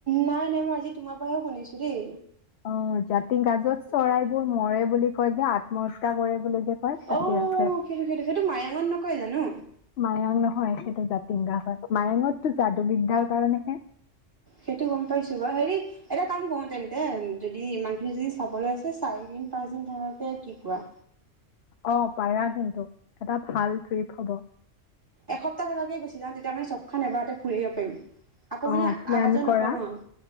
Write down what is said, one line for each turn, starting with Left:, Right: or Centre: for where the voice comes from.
Right: নাই নাই মই আজি তোমাৰ পৰাহে শুনিছো দেই
Left: অ', জাতিংগা য'ত চৰাই বোৰ মৰে বুলি কয় যে আত্মহত্যা কৰে বুলি যে কয় তাতে
Right: অ
Left: আছে
Right: সেইটো সেইটো সেইটো মায়ঙত নকয় জানো?
Left: মায়ং নহয় সেইটো জাতিংগা হয় মায়ঙতটো যাদু বিদ্যাৰ কাৰণেহে।
Right: সেইটো গম পাইছো বাৰু হেৰি এটা কাম কৰো তেন্তে যদি ইমানখিনি যদি চাবলৈ আছে চাৰিদিন পাঁচদিন থাকাকে কি কোৱা?
Left: অ পাৰা কিন্তু এটা ভাল ট্ৰিপ হ'ব।
Right: এসপ্তাহ থকাকে গুচি যাওঁ তেতিয়া মানে চবখন এবাৰতে ফুৰি আহিব পাৰিম। আকৌ মানে
Left: অ প্লেন
Right: অহা যোৱা
Left: কৰা
Right: নকৰো আৰু